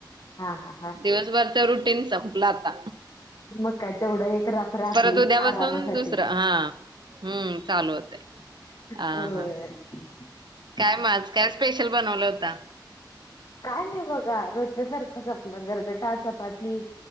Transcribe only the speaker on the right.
दिवसभरच रुटीन संपल आता.
परत उद्यापासून
दुसर हां. हम्म चालू होतय.
हा हा काय मग आज काय स्पेशल बनवल होत?